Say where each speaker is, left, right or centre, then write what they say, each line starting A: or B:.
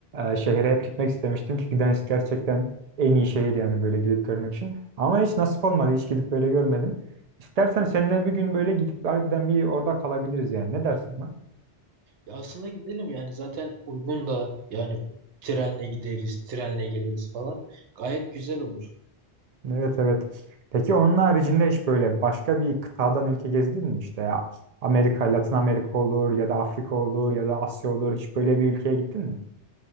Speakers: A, on the right (about 55°); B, on the right (about 85°).
A: e, şehre hep gitmek istemiştim ki Gdańsk gerçekten en iyi şehir yani böyle gidip görmek için. Ama hiç nasip olmadı hiç gidip böyle görmedim. İstersen seninle bir gün böyle gidip harbiden bir orada kalabiliriz yani ne dersin lan?
B: Ya aslında gidelim yani zaten uygun da yani trenle gideriz, trenle geliriz falan. Gayet güzel olur.
A: Evet evet. Peki onun haricinde hiç böyle başka bir kıtadan ülke gezdin mi işte ya? Amerika, Latin Amerika olur ya da Afrika olur ya da Asya olur. Hiç böyle bir ülkeye gittin mi?